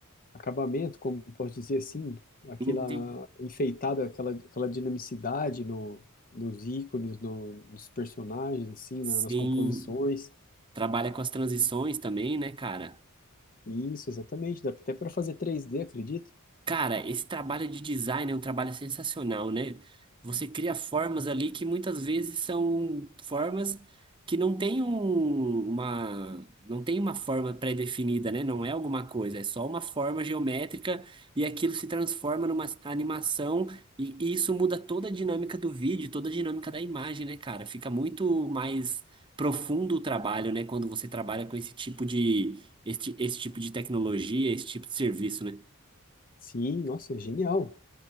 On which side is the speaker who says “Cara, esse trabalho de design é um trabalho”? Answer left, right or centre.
Right